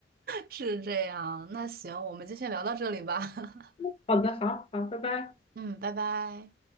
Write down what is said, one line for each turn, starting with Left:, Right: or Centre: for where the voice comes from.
Right: 是这样。那行，我们就先聊到这里吧。<laughs>
Left: <laughs> 好的，好好，拜拜。
Right: 嗯，拜拜。